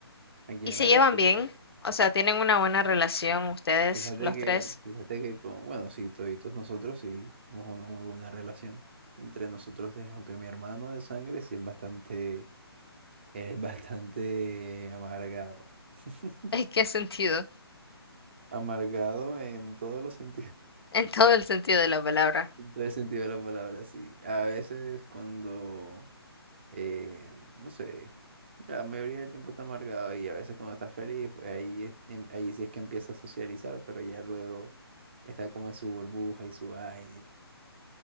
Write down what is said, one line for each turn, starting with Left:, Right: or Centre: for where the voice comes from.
Right: aquí
Left: ¿Y
Right: en
Left: se
Right: la
Left: llevan
Right: casa.
Left: bien? O sea, ¿tienen una buena relación ustedes,
Right: Fíjate
Left: los
Right: que,
Left: tres?
Right: fíjate que con, bueno, sí, toditos nosotros sí tenemos una muy buena relación entre nosotros, tres, aunque mi hermano de sangre sí es bastante, él es bastante amargado. <laughs>
Left: <laughs> ¿En qué sentido?
Right: Amargado en todos los sentidos,
Left: En todo el sentido de la palabra.
Right: <laughs> en todo el sentido de la palabra, sí. A veces cuando, eh, no sé, la mayoría del tiempo está amargado y a veces cuando está feliz, pues ahí, es- em- ahí sí es que empieza a socializar, pero ya luego está como en su burbuja y su vaina y tal.